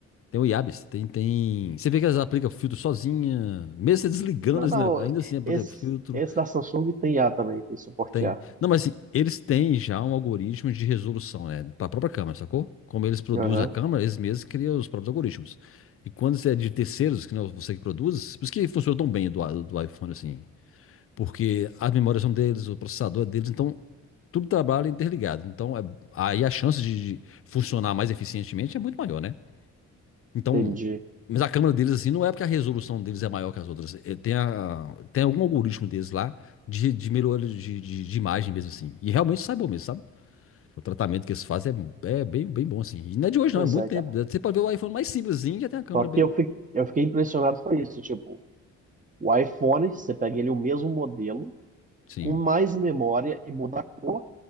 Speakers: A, on the left (about 50°); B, on the right (about 25°).
A: Tem o Iabis, tem, tem. Você vê que elas aplicam filtro sozinha, mesmo você desligando,
B: Não,
A: assim,
B: não,
A: né, ainda assim, aplica
B: esse,
A: filtro,
B: esse da Samsung tem A também, tem suporte
A: tem.
B: A.
A: Não, mas assim, eles têm já um algoritmo de resolução, né, para a própria câmera, sacou? Como eles produzem
B: Aham,
A: a câmera, eles mesmos criam os próprios algoritmos. E quando você é de terceiros, que não é você que produz, por isso que funciona tão bem do, do iPhone, assim. Porque as memórias são deles, o processador é deles, então tudo trabalha interligado. Então, é- aí a chance de, de funcionar mais eficientemente é muito maior, né? Então,
B: entendi.
A: mas a câmera deles, assim, não é porque a resolução deles é maior que as outras. É, Tem, a- tem algum algoritmo deles lá de, de melhoria de, de- de imagem mesmo, assim. E realmente sai bom mesmo, sabe? O tratamento que eles fazem é, é bem, bem bom, assim. E não é de hoje,
B: Pois
A: não, é muito
B: é,
A: tempo.
B: cara.
A: Você pode ver o iPhone mais simplesinho, já tem a câmera
B: Só que
A: bem.
B: eu, fi- eu fiquei impressionado foi isso, tipo, o iPhone, você pega ele o mesmo modelo,
A: Sim.
B: com mais memória e muda a cor,